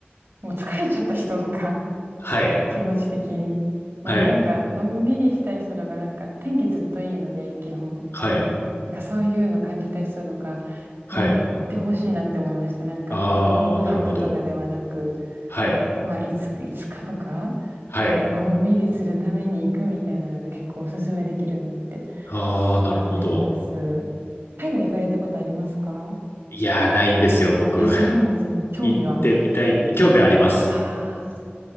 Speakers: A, on the right; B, on the left.
A: う。もう疲れちゃった人とか、
B: はい。
A: <laughs> 気持ち的に。もうなんか、
B: はい。
A: のんびりしたい人とか、なんか天気ずっといいので、基本。
B: はい。
A: なんかそういうの感じた人とか
B: はい。
A: に行ってほしいなって思いました。なんか、
B: ああ、
A: 空白とかではなく、
B: なるほど。はい。
A: まあ、いつ、いつかとか、
B: はい。
A: なんかのんびりするために行くみたいなので、結構おすすめできるなって。
B: ああ、なるほど。
A: 思います。海外行かれたことありますか
B: いやー、ないんですよ、僕。
A: あ、そうなんですね。
B: <laughs>
A: 興味は。
B: 行ってみたい。興味はあります。
A: ああ、